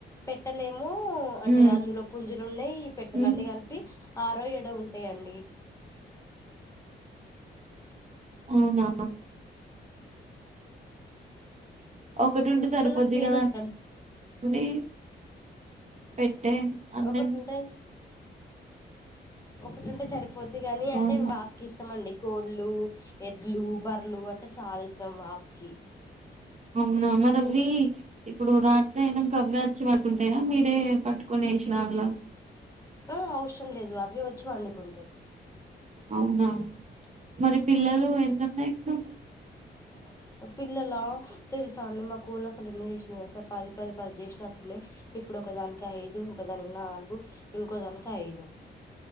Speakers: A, on the left; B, on the right.
A: పెట్టలేమో అంటే
B: ఉమ్
A: అందులో పుంజులు ఉన్నాయి ఈ పెట్టలన్నీ
B: ఉమ్
A: కలిపి ఆరో ఏడో ఉంటాయండి
B: అవునా ఒకటి ఉంటే సరిపోద్ది
A: కోళ్ళకి పేరు
B: కదాండి
A: పెట్టడం
B: పెట్టే అన్నెందు
A: ఒకటింటే ఒకటింటే సరిపోద్ది కాని అంటే
B: ఆహా
A: బాబుకి ఇష్ ఇష్టమ అండి కోళ్ళు ఎడ్లు బర్రలు అంటే చాలా ఇష్టం బాబుకి
B: అవునా మరి అవి ఇప్పుడు రాత్రి అయినాక అవ్వే వచ్చి పడుకుంటాయా మీరే పట్టుకొని వేసిరా అల్ల
A: కో అవసరం లేదు అవి వచ్చి పండుకుంటాయి
B: అవునా మరి పిల్లలు ఎన్నీ ఉన్నాయి ఇప్పుడు
A: <inaudible> పిల్లల తెలుసా అండి మా కోళ్ళ అసలు ఎన్ని చేసిన తెలుసా పది పది పది చేసినట్టు ఉన్నాయి ఇప్పుడు ఒకదానికి ఐదు ఒకదానికి నాలుగు ఇంకో దానికి ఐదు